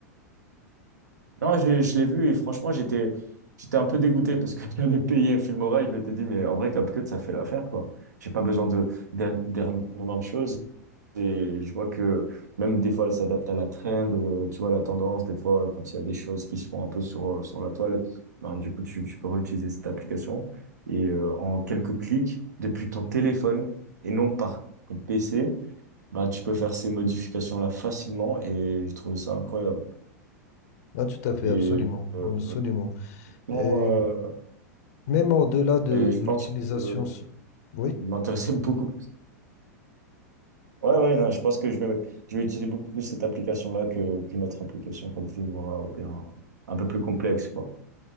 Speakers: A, on the right (about 80°); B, on the left (about 60°).
A: non je, je l'ai vu et franchement j'étais j'étais un peu dégoûté parce que <laughs> j'avais payé Filmora et je m'étais dit mais en vrai CapCut ça fait l'affaire quoi j'ai pas besoin de d'ern- d'ernement de choses Et je vois que même des fois, elle s'adapte à la trend, euh, tu vois, la tendance. Des fois, quand il y a des choses qui se font un peu sur, euh, sur la toile, ben, du coup, tu, tu peux réutiliser cette application. Et euh, en quelques clics, depuis ton téléphone et non par ton PC, ben, tu peux faire ces modifications-là facilement. Et j'ai trouvé ça incroyable.
B: Ah, tout à fait,
A: Et,
B: absolument,
A: euh,
B: absolument.
A: honnêtement,
B: Et
A: euh,
B: même au-delà de,
A: et je
B: de
A: pense
B: l'utilisation,
A: que
B: s- oui.
A: je m'intéressais <laughs> beaucoup. Ouais, ouais, non, je pense que je vais, je vais utiliser beaucoup plus cette application-là que, qu'une autre application comme Filmora ou bien un peu plus complexe, quoi.